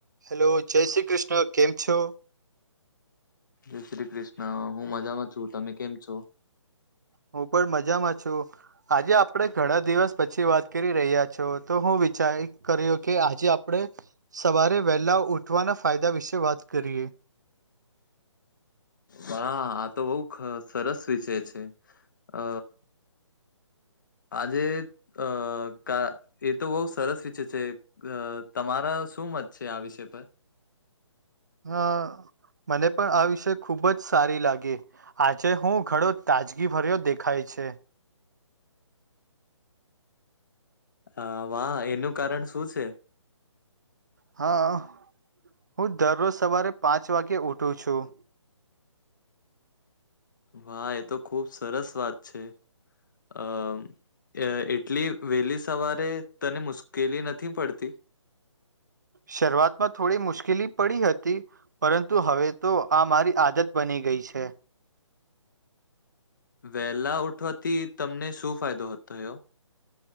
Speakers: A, on the right (about 35°); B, on the left (about 40°).
A: Hello જય શ્રી કૃષ્ણ કેમ છો
B: જય શ્રી કૃષ્ણ હું મજામાં છું તમે કેમ છો
A: હું પણ મજામાં છું આજે આપડે ઘણા દિવસ પછી વાત કરી રહ્યા છો તો હું વિચાર કર્યો કે આજે આપડે સવારે વહેલાઓ ઉઠવાના ફાયદા વિશે વાત કરીએ
B: વા આ તો બઉ સરસ વિષય છે અ આજે અ કા એ તો બહુ સરસ વિચ છે તમારા શું મત છે આ વિષય પર
A: હા મને પણ આ વિષય ખુબ જ સારી લાગે આજે હું ઘડો તાજગી ભર્યો દેખાય છે
B: અ વા એનું કારણ શું છે
A: હા હું દરરોજ સવારે પાંચ વાગ્યે ઉઠું છું
B: વા એ તો ખુબ સરસ વાત છે અ અ એટલી વહેલી સવારે તને મુશ્કેલી નથી પડતી
A: શરૂઆતમાં થોડી મુશ્કેલી પડી હતી પરંતુ હવે તો આ મારી આદત બની ગઈ છે
B: વેલા ઉઠવાથી તમને શું ફાયદો થયો